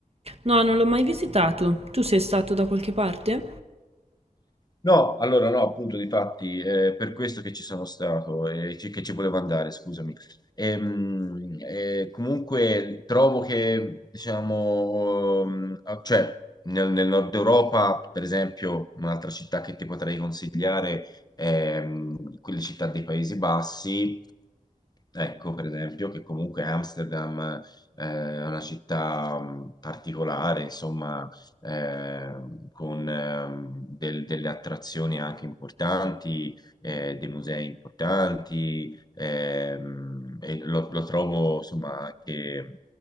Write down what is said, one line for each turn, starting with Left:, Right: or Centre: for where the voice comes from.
Right: No, non l'ho mai visitato. Tu sei stato da qualche parte?
Left: No, allora no, appunto, difatti, è per questo che ci sono stato e ci- che ci volevo andare, scusami. Ehm, eh, comunque trovo che, diciamo, ehm, ah, cioè, nel, nel nord Europa, per esempio, un'altra città che ti potrei consigliare è ehm, quelle città dei Paesi Bassi, Ecco, per esempio, che comunque Amsterdam eh, è una città mh, particolare, insomma, ehm, con ehm, del- delle attrazioni anche importanti, eh, dei musei importanti, ehm, e lo, lo trovo, insomma, anche